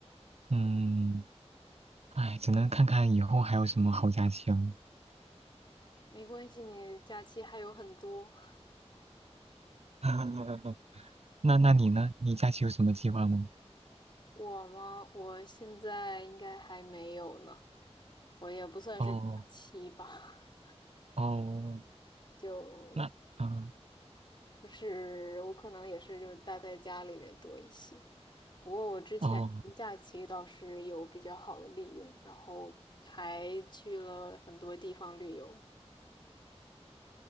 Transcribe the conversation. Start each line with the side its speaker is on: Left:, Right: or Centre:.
Right: 嗯，哎，只能看看以后还有什么好假期了。
Left: 没关系，你假期还有很多。<laughs>
Right: <laughs> 那那你呢？你假期有什么计划吗？
Left: 我吗？我现在应该还没有呢，我也不算是假期吧，
Right: 哦哦，
Left: <laughs> 就
Right: 那嗯。
Left: 就是我可能也是就是待在家里面多一些。不过我之前假期倒是有比较好的利用，
Right: 哦
Left: 然后还去了很多地方旅游。